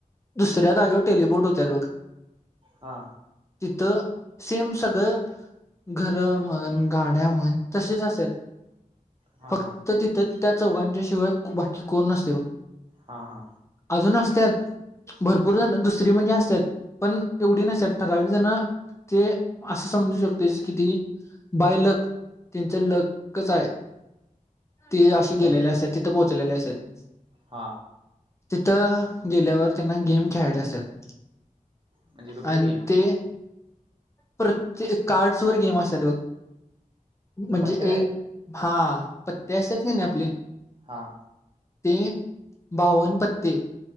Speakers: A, on the left (about 20°); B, on the right (about 40°).
A: दुसऱ्या जागेवर टेलपोर्ट होतत बघ
B: हा
A: तिथं सेम सगळं घर म्हण गाड्या म्हण तसेच असत
B: हा
A: फक्त
B: हा
A: तिथं त्या चौघांच्या शिवाय बाकी कोण नसते
B: हा हा
A: अजूनच त्यात भरपूर
B: हम्म
A: जण दुस स्त्री म्हणजे असतात पण तेवढी नसतात ठकावी जण ते असं समजू शकते किती बायलक त्यांचा लकच आहे ते अे
B: बर
A: गेलेले असत आहेत तिथे पोहोचलेले अस आहेत
B: हा
A: तिथं गेल्यावर त्यांना गेम खेळायचे असतात
B: म्हणजे कुठली
A: आणि
B: गेम
A: ते प्रत्येक कार्ड वर गेम अस घ म्हणजे
B: पत्त्या टाईप
A: एक हा पत्ते असतात का नाही आपले-
B: हा-
A: ते बावन पत्ते-